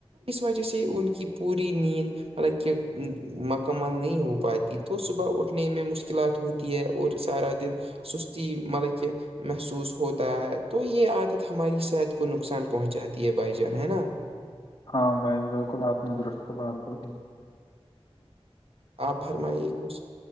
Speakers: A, on the right; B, on the left.
A: اس وجہ سے ان کی پوری نیند مطلب کہ مکمل نہیں ہو پاتی تو صبح اٹھنے میں مشکلات ہوتی ہے اور سارا دن سستی مطلب کہ محسوس ہوتا ہے تو یہ عادت ہماری صحت کو نقصان پہنچاتی ہے بھائی جان ہے نا
B: ہاں بھائی بالکل آپ نے درست بات بولی
A: آپ فرمائیے کچھ